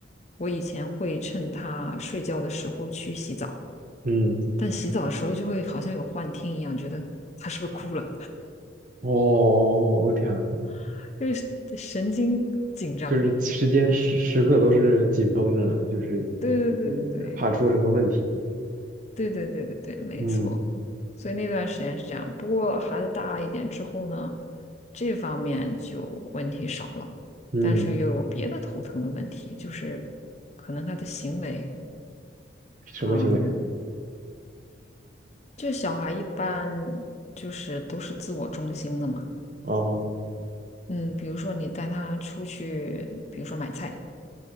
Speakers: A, on the left; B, on the right.
A: 我以前会趁他睡觉的时候去洗澡，
B: 嗯，
A: 但洗澡的时候就会好像有幻听一样，觉得他是不是哭了，
B: 哦哦，哦我天啊
A: <laughs> 就是神经紧张。
B: 就是时间时时刻都是紧绷着呢，就是
A: 对对对对对。
B: 嗯怕出什么问题。
A: 对对对对对，没错。
B: 嗯，
A: 所以那段时间是这样，不过孩子大一点之后呢，这方面就问题少了，
B: 嗯，
A: 但是又有别的头疼的问题，就是可能他的行为，
B: 什么行为？
A: 嗯，就小孩一般就是都是自我中心的嘛，
B: 哦，
A: 嗯，比如说你带他出去，比如说买菜，